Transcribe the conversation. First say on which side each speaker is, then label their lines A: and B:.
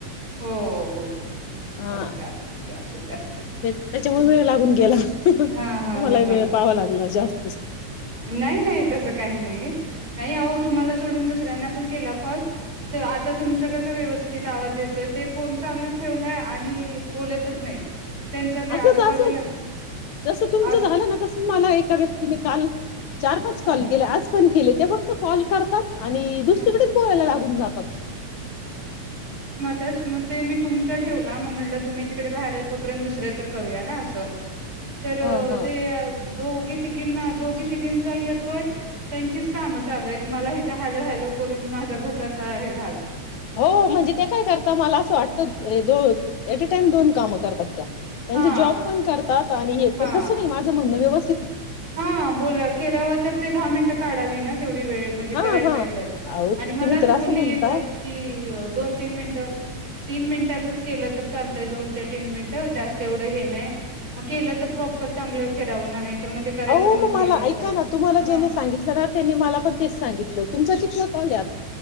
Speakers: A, on the right (about 45°); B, on the left (about 80°).
A: हो हो हो
B: हा,
A: असं का असू दे असू
B: ते त्याच्यामुळे
A: दे
B: वेळ लागून गेला तुम्हालाही
A: हा हा हा
B: वेळ
A: हा
B: पाहावा लागला जास्
A: नाही नाही तसं काही नाही. नाही आहो तुम्हाला सोडून दुसऱ्यांना पण केला कॉल, त आता तुमचा कसा व्यवस्थित आवाज येतोय ते फोन चालू ठेवलाय आणि बोलतच नाहीत. त्यांचा ते
B: असच
A: आजूबाजूला
B: असं जसं तुमचं
A: आज
B: झालं ना तस मला एका व्यक्तीने काल चार-पाच
A: हा
B: कॉल केल्या आज पण केले ते फक्त कॉल करतात आणि दुसरीकडेच
A: हा
B: बोलायला लागून जातात.
A: तेच म ते मी तुमचा ठेवला म म्हटलं तुम्ही तिकडे बाहेर आहे तोपर्यंत दुसर्या तर करूया ना असं तर
B: हा हा
A: ते आ दोघी ती तिघींना दोघे तिघींचा येतोय त्यांचीच काम चालू आहेत, मला हितं हा हॅलो हॅलो करून माझा घसा तर हे झाला.
B: हो म्हणजे ते काय करता मला असं वाटतं हे दो एट टाइम दोन कामं करतात त्या त्यांचा
A: हा
B: जॉब पण करतात आणि हे
A: हा
B: पण जसं नाही आहे माझं म्हणण व्यवस
A: हा बोला केरावा तर ते दहा मिनटं काढावी ना तेवढी वेळ म्हणजे
B: हा
A: करायचं
B: हा
A: तर
B: अहो
A: आणि मलाच
B: तुम्ही तर
A: बोलली
B: असं म्हणता
A: एकदा की दोन-तीन मिनिट तीन मिनिटाचच केल तर चालतंय दोन ते तीन मिनिटं जास्त एवढं हे नाही मग केलं तर प्रॉपर चांगलं केरावं ना नाही ते करायचं
B: हो
A: म्हणून
B: मग
A: केलं
B: मला ऐका
A: तर
B: ना तुम्हाला
A: ह
B: ज्याने सांगितलं ना त्यांनी मला पण तेच सांगितलं. तुमचा कितवा कॉल आहे आ